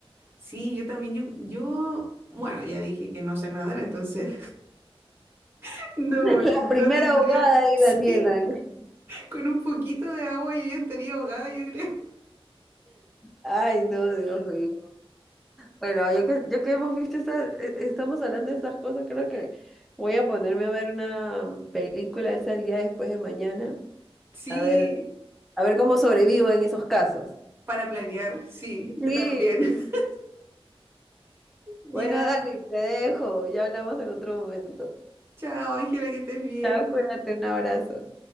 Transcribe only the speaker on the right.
Sí, yo también, yo, yo, bueno, ya dije que no sé nadar, entonces <laughs> no,
no
tendría,
<laughs> sí,
con un poquito de agua yo ya estaría ahogada, yo creo.
Sí,
para planear, sí,
yo también. <laughs> Ya,
chao, Ángela, que estés bien.